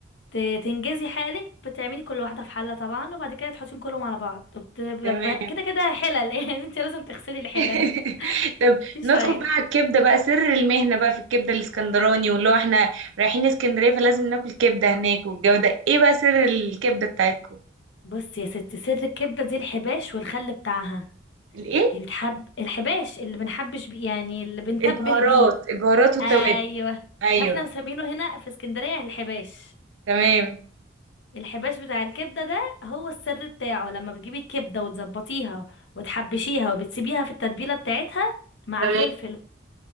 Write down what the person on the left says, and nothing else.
ت- تنجزي حالك بتعملي كل واحده في حله طبعا وبعد كده تحطيهم كلهم على بعض وبت- ب-
ب- كده كده حلل <laughs> يعني انت لازم تغسلي الحلل
مش
فايده
بصي يا ستي سر الكبده دي الحباش والخل بتاعها
هي بتحب الحباش اللي بنحبش بيه يعني اللي بنتبل
بيه
ايوه
احنا مسمينه هنا في اسكندريه الحباش
الحباش بتاع الكبده ده هو السر بتاعه لما بتجيبي الكبده وتظبطيها وتحبشيها وبتسيبيها في التتبيله بتاعتها مع
فلفل